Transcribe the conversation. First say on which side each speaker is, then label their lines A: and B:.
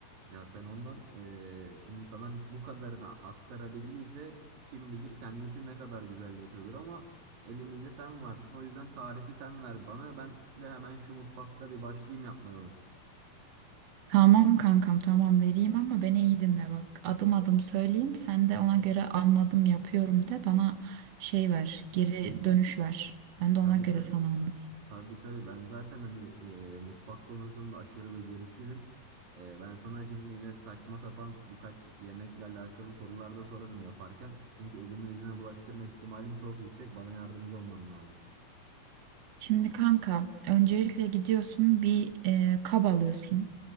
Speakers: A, on the right; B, on the right.
A: Ya sen ondan eee, şimdi sana bu kadarını aktarabildiyse kim bilir kendisi ne kadar güzel yapıyordur ama elimizde sen varsın o yüzden tarifi sen ver bana ben de hemen şu mutfakta bir başlayayım yapmaya onu.
B: Tamam kankam tamam vereyim ama beni iyi dinle bak. Adım adım söyleyeyim sen de ona göre anladım yapıyorum de bana şey ver geri dönüş ver. Ben de ona
A: Tabii
B: göre
A: tabii
B: sana anlatayım.
A: tabii tabii ben zaten hani eee, mutfak konusunda aşırı beceriksizim. Eee, ben sana şimdi yine saçma sapan birkaç yemekle alakalı sorular da sorarım yaparken çünkü elimi yüzüme bulaştırma ihtimalim çok yüksek bana yardımcı olman lazım.
B: Şimdi kanka öncelikle gidiyorsun bir e, kap alıyorsun.